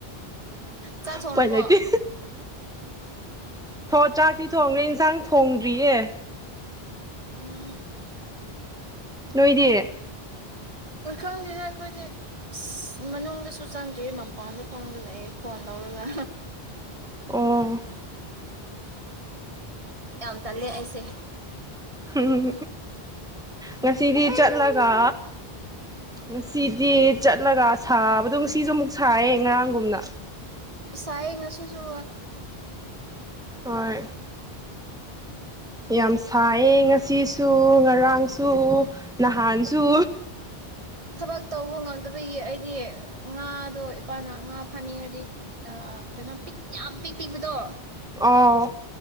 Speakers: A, on the right; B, in the centre.
A: ꯆꯥꯛ
B: ꯎꯄꯥꯏ
A: ꯊꯣꯡꯔꯕꯣ
B: ꯂꯩꯇꯦ ꯊꯣ ꯆꯥꯛꯇꯤ ꯊꯣꯡꯈ꯭ꯔꯦ ꯏꯟꯁꯥꯡ ꯊꯣꯡꯗ꯭ꯔꯤꯌꯦ
A: ꯎꯝ
B: ꯅꯣꯏꯗꯤ
A: ꯎꯏꯈꯪꯗꯦꯗ ꯑꯩꯈꯣꯏꯗꯤ ꯑꯁ ꯃꯅꯨꯡꯗꯁꯨ ꯆꯪ ꯇꯦ ꯃꯄꯥꯟꯗ ꯐꯝꯃꯒ ꯂꯩꯑꯦ ꯐꯣꯟ ꯂꯧꯔꯒ
B: ꯑꯣ
A: ꯌꯥꯝ ꯇꯜꯂꯦ ꯑꯩꯁꯦ
B: ꯎꯝ ꯉꯁꯤꯗꯤ ꯆꯠꯂꯒ ꯉꯁꯤꯗꯤ ꯆꯠꯂꯒ ꯁꯥꯕꯗꯣ ꯉꯁꯤꯁꯨ ꯑꯃꯨꯛ ꯁꯥꯏꯌꯦ ꯉꯔꯥꯡꯒꯨꯝꯅ
A: ꯁꯥꯏꯌꯦ ꯉꯁꯤꯁꯨ
B: ꯍꯣꯏ ꯌꯥꯝ ꯁꯥꯏꯌꯦ ꯉꯁꯤꯁꯨ ꯉꯔꯥꯡꯁꯨ ꯅꯍꯥꯟꯁꯨ
A: ꯊꯕꯛ ꯇꯧꯕ ꯉꯝꯗꯕꯒꯤ ꯑꯩꯗꯤ ꯉꯥꯗꯣ ꯏꯄꯥꯅ ꯉꯥ ꯐꯥꯅꯤꯡꯉꯗꯤ ꯑꯥ ꯀꯩꯅꯣꯝ ꯄꯤꯛ ꯌꯥꯝ ꯄꯤꯛ ꯄꯤꯕꯗꯣ
B: ꯑꯣ